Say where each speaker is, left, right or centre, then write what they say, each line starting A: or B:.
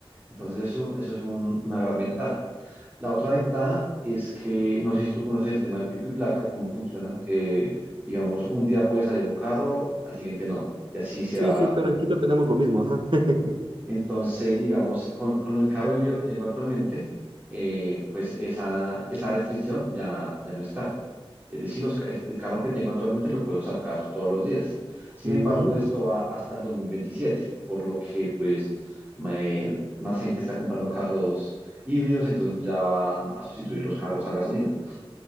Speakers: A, on the right (about 15°); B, on the right (about 55°).
A: Entonces eso, eso es un- una gran ventaja. La otra ventaja es que, no sé si tú conoces el tema del pico y placa, cómo funciona, que digamos, un día puede salir un carro, al siguiente no. Y así se
B: Sí,
A: va
B: sí, claro, en Quito tenemos lo mismo, ajá. <laughs>
A: entonces, digamos, con, con el carro híbrido que tengo actualmente, eh, pues esa, esa restricción ya, ya no está. Es decir, los ca- el, el carro que tengo actualmente lo puedo sacar todos los días. Sin
B: Mm.
A: embargo, esto va hasta el 2027, por lo que pues ma- el- más gente está comprando carros híbridos, entonces ya van a sustituir los carros a gasolina.